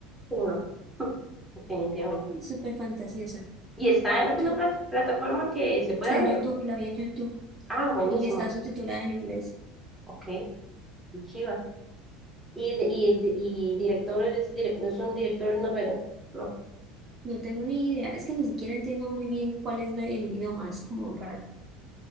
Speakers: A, in the centre; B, on the right.
A: Uno, <laughs> definitivamente.
B: Súper fantasiosa.
A: ¿Y está en alguna
B: Tú,
A: plat- plataforma que se pueda
B: está
A: ver?
B: en YouTube, la vi en YouTube
A: Ah, buenísimo.
B: y está subtitulada en inglés.
A: Ok, qué chiva. y, y, y director, es, direc- es un director noruego. No.
B: No tengo ni idea. Es que ni siquiera entiendo muy bien cuál es la- el idioma. Es como raro.